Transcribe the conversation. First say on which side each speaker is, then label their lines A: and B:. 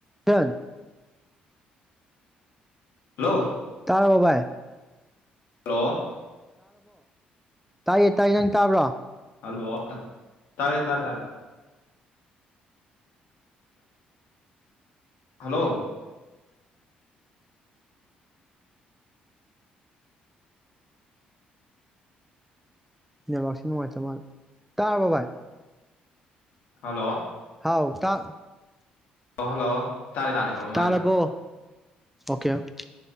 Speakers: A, in the centre; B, on the left.
A: ꯏꯆꯟ
B: ꯍꯜꯂꯣ
A: ꯇꯔꯕꯣ ꯕꯥꯢ
B: ꯍꯜꯂꯣ
A: ꯇꯥꯏꯌꯦ ꯇꯥꯏꯌꯦ ꯅꯪ ꯇꯥꯕ꯭ꯔꯣ
B: ꯍꯜꯂꯣ ꯇꯥꯔꯦ ꯇꯥꯔꯦ ꯇꯥꯔꯦ ꯍꯜꯂꯣ
A: ꯅꯦꯋꯥꯛꯁꯤ ꯅꯨꯡꯉꯥꯏꯇ ꯃꯥꯜ ꯇꯥꯔꯔꯕꯕꯥꯥꯏ
B: ꯍꯜꯂꯣ
A: ꯍꯥꯎ ꯇ
B: ꯍꯜꯂꯣ ꯇꯥꯔꯦ ꯇꯥꯔꯦ ꯃꯥ
A: ꯇꯥꯔꯕꯣ ꯑꯣꯀꯦ ꯑꯗꯨ